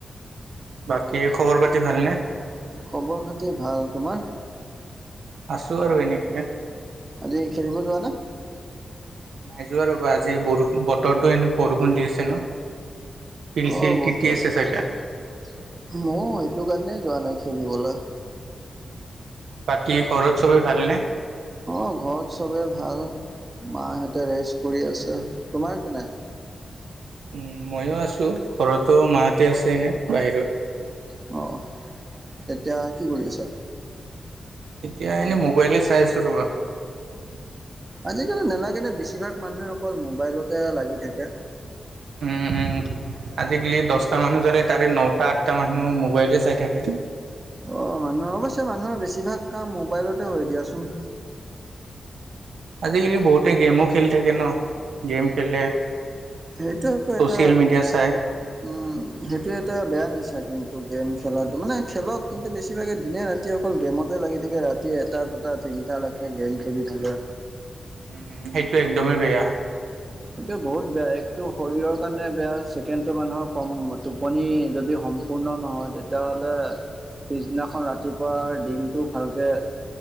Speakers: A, on the right; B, on the right.
A: বাকী, খবৰ পাতি ভালনে।
B: খবৰ খাতি ভাল, তোমাৰ?
A: আছোঁ আৰু, এনেকে।
B: আজি খেলিব যোৱা নে?
A: নাই যোৱা ৰ'বা, আজি বৰষু বতৰো এন-বৰষুণ দি আছে ন। শিল চিল
B: অ', বতৰটো।
A: তিতি আছে
B: ময়ো
A: চাগে
B: এইটো কাৰণে যোৱা নাই খেলিবলে।
A: বাকী ঘৰত চবেই ভালনে?
B: অ', ঘৰত চবে ভাল, মাহঁতে ৰেষ্ট কৰি আছে। তোমাৰ কেনে?
A: উম, মইয়ো আছো ঘৰতো মাহঁতে আছে এনে বাহিৰত।
B: অ'। এতিয়া কি কৰি আছা?
A: এতিয়া এনে মোবাইলে চাই আছোঁ ৰবা।
B: আজিকালি নেলাগেনে বেছিভাগ মানুহে অকল মোবাইলতে লাগি থাকে।
A: উম, উম। আজিকালি দশটা মানুযৰে তাৰে নটা, আঠটা মানুহ মোবাইলে চাই থাকে।
B: অ', মানুহ অৱশ্যে মানুহৰ বেছিভাগ কাম মোবাইলতে হয় দিয়াচোন।
A: আজিকালি বহুতে গেমো খেলি থাকে ন, গেম খেলে
B: সেইটোৱেতো
A: ছ'চিয়েল
B: এটা,
A: মিডিয়া চাই
B: উম। সেইটো এটা বেয়া নিচা কিন্তু গেম খেলাটো, মানে খেলক কিন্তু বেছিভাগে দিনে ৰা তি অকল গেমতে লাগি থাকে, ৰাতি এটা, দুটা, তিনটালৈকে গেম খেলি থাকে।
A: উম, সেইটো একদমেই বেয়া।
B: এইটোৱে বহুত বেয়া। একটো শৰীৰৰ কাৰণে বেয়া, ছেকেণ্ডটো মানুহৰ কম টোপনি যদি সম সম্পূৰ্ণ নহয়, তেতিয়াহ'লে পিছদিনাখন ৰাতিপুৱাৰ দিনটো ভালকে